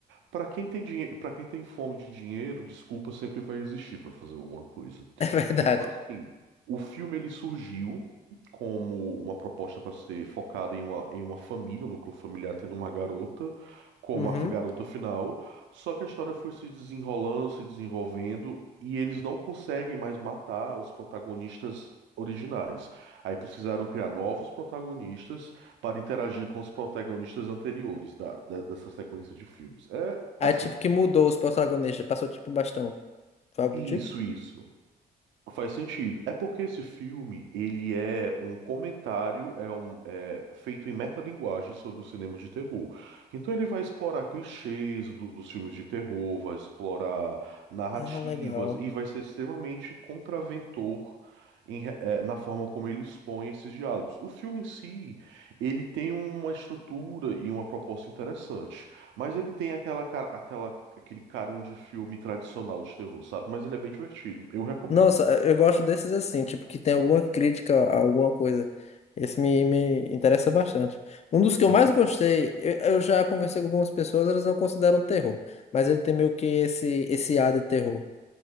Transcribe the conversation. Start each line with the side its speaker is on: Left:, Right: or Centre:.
Right: para quem tem dinheiro, para quem tem fome de dinheiro, desculpa sempre vai existir para fazer alguma coisa.
Left: É verdade.
Right: Então, assim, o filme ele surgiu como uma proposta para ser focada em uma, em uma família, um núcleo familiar tendo uma garota como
Left: Uhum.
Right: a f- garota final, só que a história foi se desenrolando, se desenvolvendo e eles não conseguem mais matar os protagonistas originais. Aí precisaram criar novos protagonistas para interagir com os protagonistas anteriores da- da- dessa sequência de filmes. É
Left: Aí,
Right: Assim,
Left: tipo, que mudou os protagonistas, passou tipo bastão. Foi algo
Right: isso,
Left: do tipo?
Right: isso. Faz sentido. É porque esse filme, ele é um comentário, é um é, feito em metalinguagem sobre o cinema de terror. Então ele vai explorar clichês do- dos filmes de terror, vai explorar narrativas
Left: Ah, legal.
Right: e vai ser extremamente contraventor em re- é, na forma como ele expõe esses diálogos. O filme em si, ele tem uma estrutura e uma proposta interessante, mas ele tem aquela, cara- aquela, aquele carão de filme tradicional de terror, sabe? Mas ele é bem divertido. Eu recomendo.
Left: Nossa, eu gosto desses assim, tipo, que tem alguma crítica a alguma coisa. Esse me, me interessa bastante. Um dos que eu
Right: Uhum.
Left: mais gostei, eu, eu já conversei com algumas pessoas, elas não consideram terror, mas ele tem meio que esse, esse ar de terror.